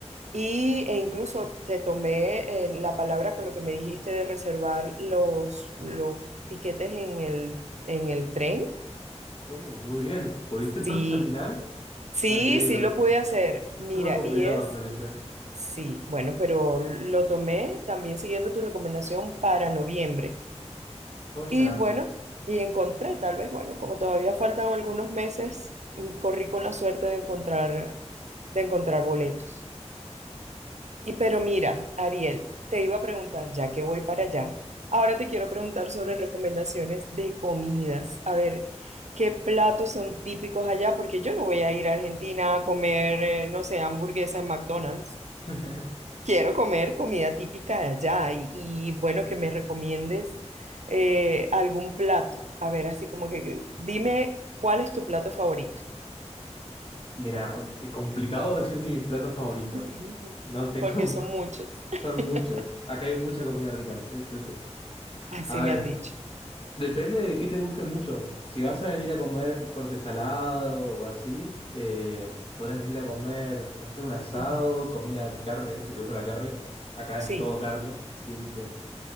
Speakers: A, on the right; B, on the left.
A: y, e incluso te tomé eh, la palabra con lo que me dijiste de reservar los, los tiquetes en el, en el tren.
B: Oh, muy bien. ¿Pudiste entonces
A: Sí,
B: al final?
A: sí,
B: Me alegro.
A: sí lo pude
B: Uf,
A: hacer. Mira,
B: Súper complicado
A: y es,
B: suele ser.
A: sí, bueno, pero lo tomé también siguiendo tu recomendación para noviembre.
B: Joya.
A: Y bueno, y encontré, tal vez, bueno, como todavía faltan algunos meses, mm, corrí con la suerte de encontrar, de encontrar boletos. Y pero mira, Ariel, te iba a preguntar, ya que voy para allá, ahora te quiero preguntar sobre recomendaciones de comidas. A ver, ¿qué platos son típicos allá? Porque yo no voy a ir a Argentina a comer, eh, no sé, hamburguesa en McDonald's.
B: <laughs>
A: Quiero comer comida típica de allá y, y, bueno, que me recomiendes eh, algún plato. A ver, así como que dime cuál es tu plato favorito.
B: Mira, eh, complicado decirte mi plato favorito.
A: <laughs>
B: No tengo,
A: Porque son muchos.
B: <laughs>
A: <laughs>
B: son muchos. Acá hay mucha comida rica, para decirte.
A: Así
B: A
A: me
B: ver,
A: han dicho.
B: Depende de qué te guste mucho. Si vas a venir a comer corte salado o así, eh, podrás venir a comer, no sé, un asado,
A: Ujú.
B: comida, carne, si te gusta la carne. Acá
A: Sí,
B: es todo carne, siempre.